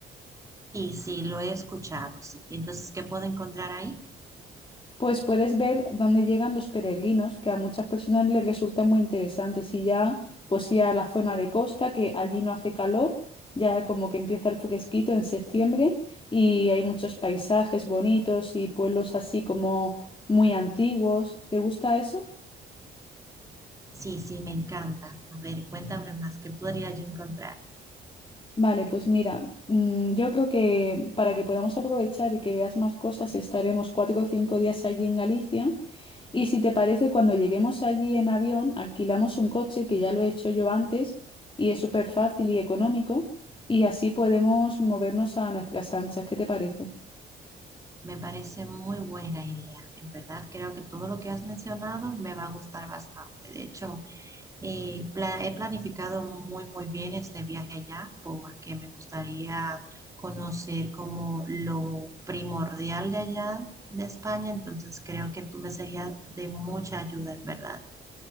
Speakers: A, on the right (about 15°); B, on the left (about 25°).
A: Sí, sí, lo he escuchado, sí. Entonces, ¿qué puedo encontrar ahí?
B: pues puedes ver dónde llegan los peregrinos, que a muchas personas les resulta muy interesante. Si ya, pues ir a la zona de costa, que allí no hace calor, ya como que empieza el fresquito en septiembre y hay muchos paisajes bonitos y pueblos así como muy antiguos. ¿Te gusta eso?
A: Sí, sí, me encanta. A ver, cuéntame más, ¿qué podría yo encontrar?
B: Vale, pues mira, mm, yo creo que para que podamos aprovechar y que veas más cosas, estaremos cuatro o cinco días allí en Galicia. Y si te parece, cuando lleguemos allí en avión, alquilamos un coche, que ya lo he hecho yo antes, y es súper fácil y económico, y así podemos movernos a nuestras anchas. ¿Qué te parece?
A: Me parece muy buena idea. En verdad, creo que todo lo que has mencionado me va a gustar bastante. De hecho, eh, pla- he planificado muy, muy bien este viaje allá porque me gustaría conocer como lo primordial de allá de España. Entonces, creo que tú me serías de mucha ayuda, en verdad.